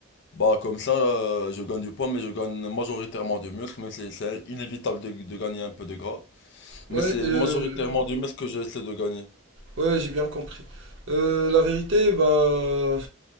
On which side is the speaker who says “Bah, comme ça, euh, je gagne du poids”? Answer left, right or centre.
Left